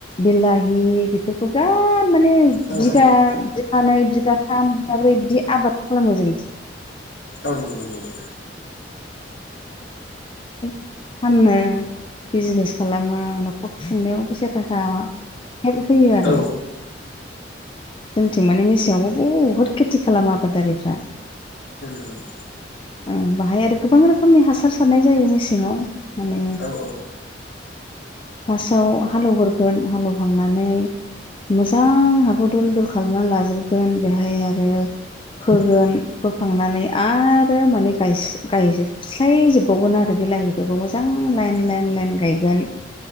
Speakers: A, on the left; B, on the left.
A: बिलाहि बेफोरखौ बिराद माने
B: औ
A: बिगा बिगानैै बिगाथाम बिगाब्रै बिदि आबाद खालामो जोंथिं।
B: औ नंगौ औ नंगौ औ नंगौ
A: <unintelligible> फाननो बिजिनेस खालामो न'खर खुंनायाव फैसा थाखा। हेल्प होयो आरो।
B: औ नंगौ औ
A: जोंथिं माने मेसेङावबो बुहुद खेथि खालामो आबादारिफ्रा।
B: औ।
A: ओ बाहाय आरो गोबां रोखोमनि हासार सारनाय जायो मेसेंआव माने
B: औ
A: फार्स्टआव हालेवग्रोगोन हालेवखांनानै मोजां हाखौ दल दल खालामनानै लाजोबगोन बेहाय आरो फोगोन फोखांनानै आरो माने गायजोबस्लायजोबबावगोन आरो बे लाइ बेफोरखौ मोजां लाइन लाइन लाइन गायगोन।